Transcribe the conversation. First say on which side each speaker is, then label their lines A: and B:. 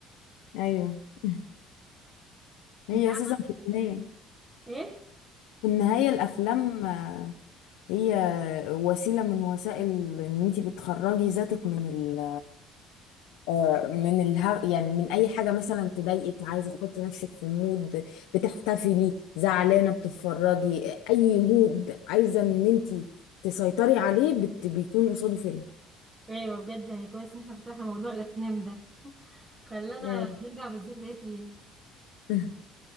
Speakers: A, on the left; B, on the right.
A: ايوه <laughs> هي
B: انت عارف
A: اساسا في النهايه
B: ايه
A: في النهايه الافلام آه، هي وسيله من وسائل ان انت بتخرجي ذاتك من ال... آه، من الها يعني من اي حاجه مثلا تضايقك عايزه تحطي نفسك في مود بتحتفلي زعلانه بتتفرجي اي مود عايزه ان انت تسيطري عليه بت... بيكون قصاده فيلم
B: ايوه بجد يعني كويس ان احنا فتحنا موضوع الافلام ده <laughs> خلانا
A: يعني
B: نرجع بالذكريات ليها
A: <laughs>